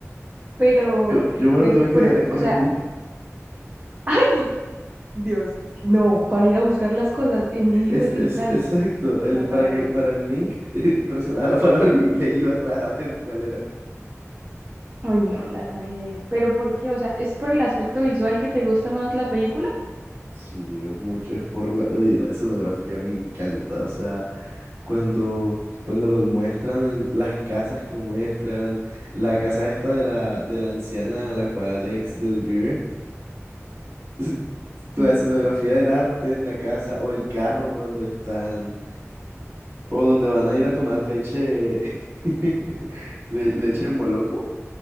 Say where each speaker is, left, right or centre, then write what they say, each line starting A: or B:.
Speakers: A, on the right (about 35°); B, on the right (about 50°).
A: Pero,
B: Yo, yo me
A: pero,
B: lo tuve que
A: pero,
B: leer
A: o
B: en
A: sea,
B: el pub.
A: ¡ay! Dios, no, para ir a buscar las cosas en libros
B: Es,
A: digitales,
B: es exacto. El,
A: la tragedia.
B: para que para el link <laughs> eh, presionaba la palabra y le iba atrás a ver cuál era.
A: Ay, no, la tragedia. ¿Pero por qué? O sea, ¿es por el aspecto visual que te gusta más la película?
B: Sí, es mucho, es por la, uy, la escenografía me encanta. O sea, cuando, cuando los muestran en las casas que muestran, la casa esta de la, de la anciana a la cual Alex desvive, <laughs> la
A: Mm.
B: escenografía del arte en la casa o el carro cuando están. O donde van a ir a tomar leche, <laughs> le- leche de Moloco,